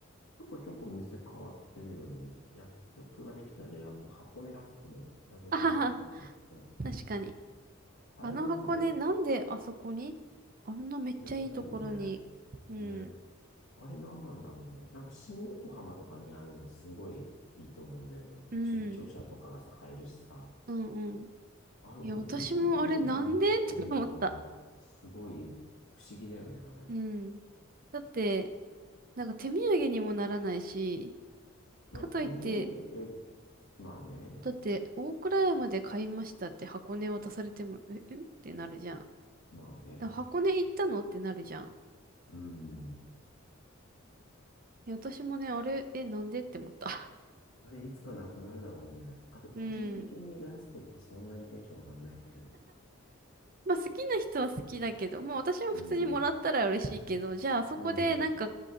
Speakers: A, on the left; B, on the right.
A: ちょこちょこ店変わってるよね。薬局ができたり、あと箱根ラスクの謎のお店があったりとか。
B: あはは、確かに。
A: あれマジで
B: あの箱根、なんであそこにあんなめっちゃいいところに。
A: いらないよね。
B: うん。
A: ね。あれ何なんだろうね。なんか新横浜とかにあるのすごいいいと思うんだよね。
B: うん。
A: 出張者とかがさ、買えるしさ。
B: うんうん。
A: あれ、大倉山に作るのは、
B: いや、私もあれなんでって思った。
A: すごい不思議だよね、あれ。
B: うん。だって、なんか手土産にもならないし、
A: まあ、
B: かといって、
A: 手土産で、まあね。
B: だって、大倉山で買いましたって箱根渡されても、え、えってなるじゃん。
A: まあね。
B: だ箱根行ったのってなるじゃん。
A: うん。
B: いや私もね、あれ、え、なんでって思った。
A: あれ、いつかなくなるだろうね。あと、個人的にラスクってそんなにテンション上がんないんだよね。
B: <laughs> うん。まあ好きな人は好きだけど、まあ私も普通にもらったら嬉しいけど、
A: うん、
B: じゃあそこでなんか
A: うん、